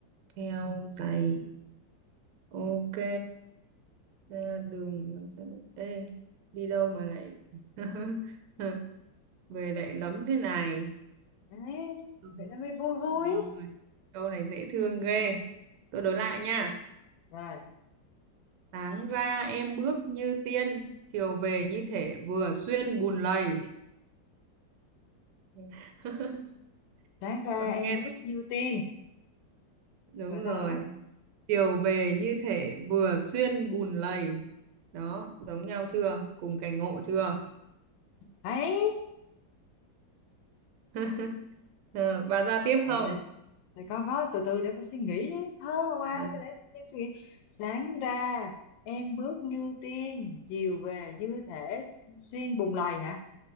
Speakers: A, on the right (about 75°); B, on the left (about 85°).
A: theo giày. Ok, ra đường làm sao- Ê, đi đâu mà lại <laughs> về lại lấm thế này?
B: đấy
A: Ừ.
B: vậy nó mới vui vui
A: Rồi. Câu này dễ thương ghê. Tôi đối lại nha.
B: rồi
A: Sáng ra em bước như tiên, chiều về như thể vừa xuyên bùn lầy. <laughs>
B: sáng ra
A: Ờ, Nghe
B: em bước như tiên
A: đúng
B: rồi
A: rồi.
B: sao nữa
A: Chiều về như thể vừa xuyên bùn lầy. Đó, giống nhau chưa? Cùng cảnh ngộ chưa?
B: ấy
A: <laughs> Ờ, Bà ra tiếp
B: rồi
A: không?
B: để, để con có từ từ để phải suy nghĩ thơ qua
A: Ờ,
B: phải để em suy nghĩ sáng ra em bước như tiên chiều về như thể xuyên bùng lầy hả